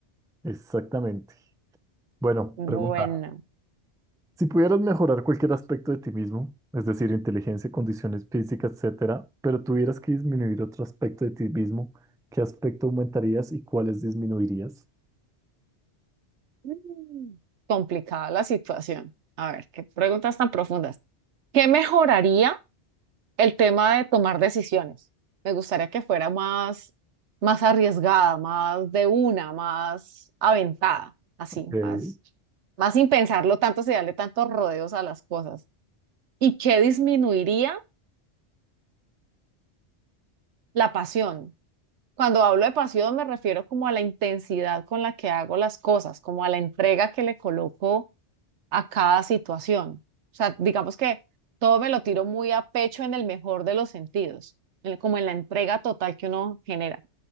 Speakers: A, in the centre; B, on the right.
A: Exactamente. Bueno,
B: Bueno,
A: pregunta. Si pudieras mejorar cualquier aspecto de ti mismo, es decir, inteligencia, condiciones físicas, etcétera, pero tuvieras que disminuir otro aspecto de ti mismo, ¿qué aspecto aumentarías y cuáles disminuirías?
B: mm, complicada la situación. A ver, qué preguntas tan profundas. ¿Qué mejoraría el tema de tomar decisiones. Me gustaría que fuera más, más arriesgada, más de una, más aventada, así,
A: Ok,
B: más, más sin pensarlo tanto, sin darle tantos rodeos a las cosas. ¿Y qué disminuiría? La pasión. Cuando hablo de pasión me refiero como a la intensidad con la que hago las cosas, como a la entrega que le coloco a cada situación. O sea, digamos que todo me lo tiro muy a pecho en el mejor de los sentidos, en- como en la entrega total que uno genera.